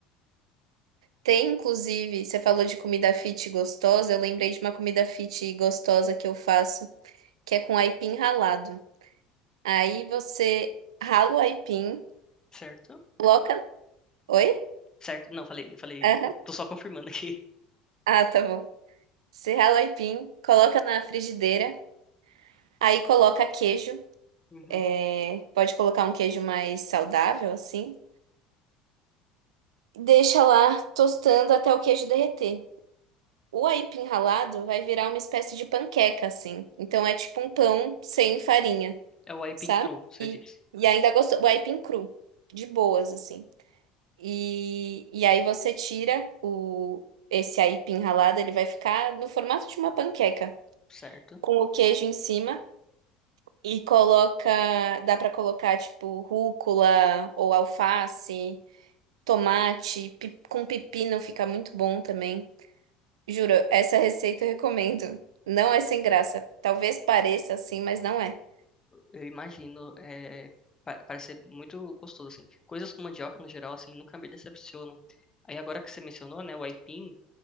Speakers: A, on the right; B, on the left.
A: Tem, inclusive, você falou de comida fit gostosa, eu lembrei de uma comida fit gostosa que eu faço, que é com aipim ralado. Aí você rala o aipim,
B: Certo?
A: coloca. Oi?
B: Certo? Não, falei, falei,
A: Aham.
B: eu tô só confirmando aqui.
A: Ah, tá bom. Você rala o aipim, coloca na frigideira, aí coloca queijo.
B: Uhum.
A: é, Pode colocar um queijo mais saudável, assim. Deixa lá tostando até o queijo derreter. O aipim ralado vai virar uma espécie de panqueca, assim. Então é tipo um pão sem farinha,
B: É o aipim
A: sabe?
B: cru, você
A: E,
B: disse.
A: e ainda gostoso. O aipim cru, de boas, assim. E, e aí você tira o, esse aipim ralado, ele vai ficar no formato de uma panqueca,
B: Certo?
A: com o queijo em cima e coloca, dá pra colocar tipo rúcula ou alface, tomate, pi- com pepino fica muito bom também. Juro, essa receita eu recomendo. Não é sem graça. Talvez pareça assim, mas não é.
B: Eu imagino, é, pa- parece ser muito gostoso, assim. Coisas com mandioca, no geral, assim, nunca me decepcionam. Aí agora que você mencionou, né, o aipim,